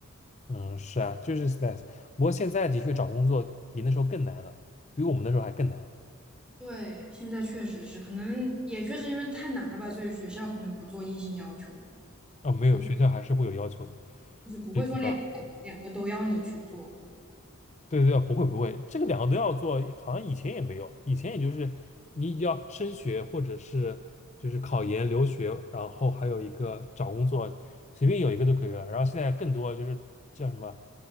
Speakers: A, on the left (about 30°); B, in the centre.
A: 嗯，是啊，就是 stress。不过现在的确找工作比那时候更难了，比我们那时候还更难了。
B: 对，现在确实是，可能也确实因为太难了吧，所以学校可能不做硬性要求了，
A: 啊、没有，
B: 就
A: 学校还是会有要求的。
B: 就是不会说两两两个都要你去做。
A: 这个，对对对，不会不会，这个两个都要做，好像以前也没有，以前也就是你要升学或者是就是考研、留学，然后还有一个找工作，随便有一个就可以了。然后现在更多就是叫什么